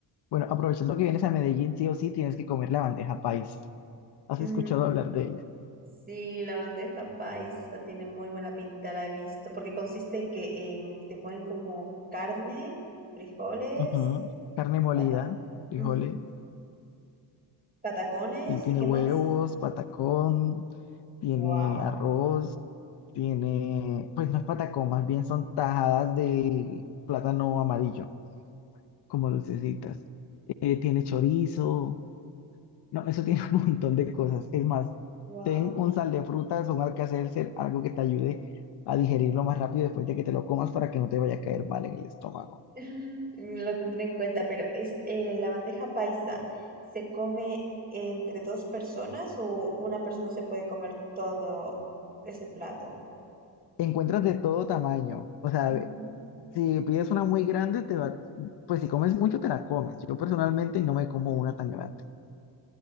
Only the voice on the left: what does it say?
Bueno, aprovechando que vienes a Medellín, sí o sí, tienes que comer la bandeja paisa. ¿Has
escuchado hablar de ella?
Ujú. Carne molida,
frijoles,
y tiene
huevos,
patacón, tiene
arroz. Tiene, pues no es patacón, más bien son tajadas de plátano amarillo, como dulcecitas. Eh, tiene chorizo, no, eso tiene <laughs> un montón de cosas. Es más,
ten un sal de frutas, un alcacelcer, algo que te ayude a digerirlo más rápido después de que te lo comas para que no te vaya a caer mal en el estómago.
Encuentras de todo tamaño, o sea,
si pides una muy grande, te va, pues si comes mucho, te la comes. Yo personalmente no me como una tan grande.